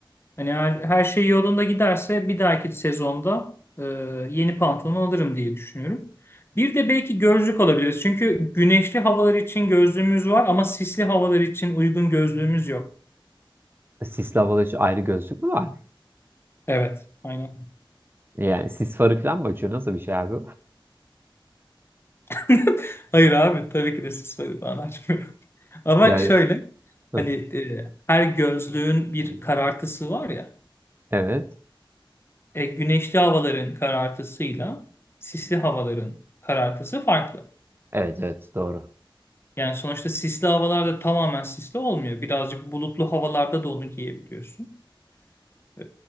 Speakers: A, on the left; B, on the right.
A: Hani her, her şey yolunda giderse bir dahaki sezonda e, yeni pantolon alırım diye düşünüyorum. Bir de belki gözlük alabiliriz. Çünkü güneşli havalar için gözlüğümüz var ama sisli havalar için uygun gözlüğümüz yok.
B: Sisli havalı için ayrı gözlük mü var?
A: Evet, aynen.
B: Yani sis farı falan mı açıyor? Nasıl bir şey abi?
A: <laughs> Hayır abi tabii ki de sis falan açmıyor. Ama
B: Yani
A: şöyle
B: hı,
A: hani e, her gözlüğün bir karartısı var ya.
B: evet.
A: E, güneşli havaların karartısıyla sisli havaların karartısı farklı.
B: Evet evet doğru.
A: Yani sonuçta sisli havalarda tamamen sisli olmuyor. Birazcık bulutlu havalarda da onu giyebiliyorsun. E,